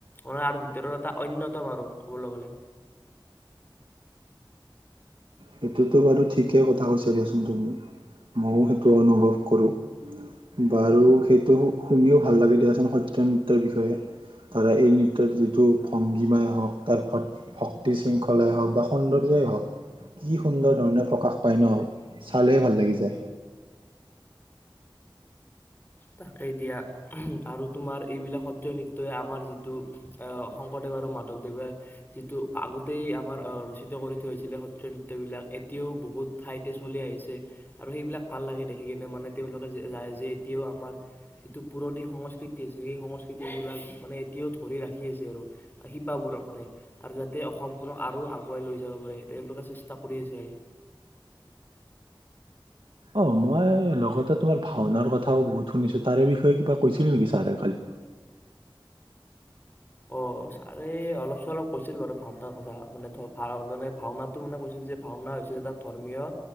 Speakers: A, on the left (about 25°); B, on the right (about 75°).
A: মান আৰু ভিতৰত এটা অন্যযতম আৰু ক'বলৈ গ'লে।
B: সেইটোতো বাৰু ঠিকেই কথা কৈছা দিয়াচোন তুমি ময়ওো সেইটো অনুভৱ কৰোঁ বাৰু সেইটো শুনিও ভাল লাগে দিয়াচোন সত্ৰীয়া নৃত্যৰ বিষয়ে ধাৰা এই নৃত্যত যিটো ভংগীমাই হওঁক তাৰ ভ ভক্তি শৃংখলাই হওক বা সৌন্দৰ্যই হওক। কি সুন্দৰ ধৰণে প্ৰকাশ পায় ন চালেই ভাল লাগি যায়।
A: তাকেই দিয়া আৰু তোমাৰ এইবিলাক সত্ৰীয়া নৃত্যই আমাৰ যিটো শংকৰদেৱ আৰু মাধৱদেৱে যিটো আগতেই আমাৰ ৰচিত কৰি থৈছিলে সত্ৰীয়া নৃত্যবিলাক এতিয়াও বহুত ঠাইতে চলি আহিছে আৰু সেইবিলাক ভাল লাগে দেখি কিনে মানে তেওঁলোকে যে যায়। যে এতিয়াও আমাৰ যিটো পুৰণি সংস্কৃতি আছে সেই সংস্কৃতিবলাক মানে এতিয়াও ধৰি ৰাখি আছে আৰু শিপাবোৰ মানে আৰু যাতে অসমখনক আৰু আগুৱাই লৈ যাব বাবে চেষ্টা কৰি আছে আৰু
B: অ মই লগতে তোমাৰ ভাওনাৰ, কথাও বহুত শুনিছো তাৰে বিষয়ে কিবা কৈছিল নেকি। ছাৰে কালি
A: অ ছাৰে অলপ চলপ কৈছিল বাৰু ভাওনাৰ, কথা মানে ভা মানে ভাওনাটো মানে কৈছিল যে ভাওনা হৈছে এটা ধৰ্মীয়